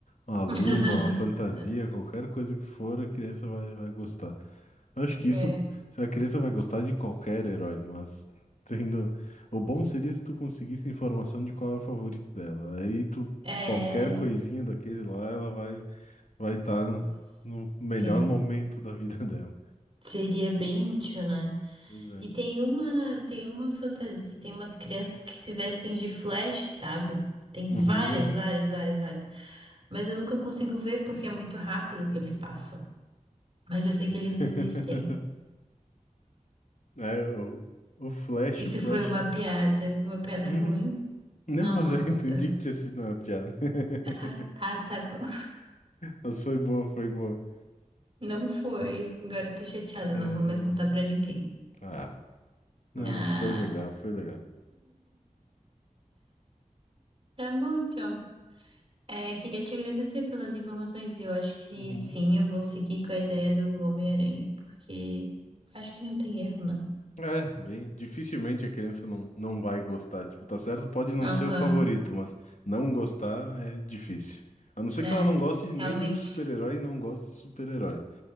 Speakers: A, on the left; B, on the right.
A: uma luva,
B: <laughs>
A: uma fantasia, qualquer coisa que for, a criança vai, vai gostar. Acho que isso,
B: É.
A: a criança vai gostar de qualquer herói, mas <laughs> tendo. O bom seria se tu conseguisse informação de qual é o favorito dela. Aí tu,
B: É,
A: qualquer coisinha daquele lá, ela vai vai estar
B: se-
A: no melhor momento da vida <laughs> dela.
B: Seria bem útil, né?
A: Pois é.
B: E tem uma, tem uma fantasia, tem umas crianças que se vestem de Flash, sabe? Tem várias,
A: Uhum.
B: várias, várias, várias. Mas eu nunca consigo ver porque é muito rápido que eles passam. Mas eu sei
A: <laughs>
B: que eles existem.
A: É, o, o Flash,
B: Isso
A: o Flash.
B: foi uma piada, foi uma piada
A: Uhum.
B: ruim.
A: Não,
B: Nossa.
A: mas eu <laughs> entendi que tinha sido uma piada. <laughs>
B: Ah, ah, tá bom.
A: Mas foi boa, foi boa.
B: <laughs> Não foi. Agora eu tô chateada,
A: É,
B: não vou mais contar pra ninguém.
A: Ah, não,
B: Ah,
A: mas foi legal, foi legal.
B: tá bom então. É, queria te agradecer pelas informações. Eu acho que
A: Uhum.
B: sim, eu vou seguir com a ideia do Homem-Aranha, porque acho que não tem erro, né?
A: É, bem, dificilmente a criança não, não vai gostar. Tipo, tá certo, pode não ser
B: Aham,
A: o favorito, mas não gostar é difícil. A não ser
B: É.
A: que ela não goste de nenhum
B: Realmente.
A: super-herói e não goste de super-herói.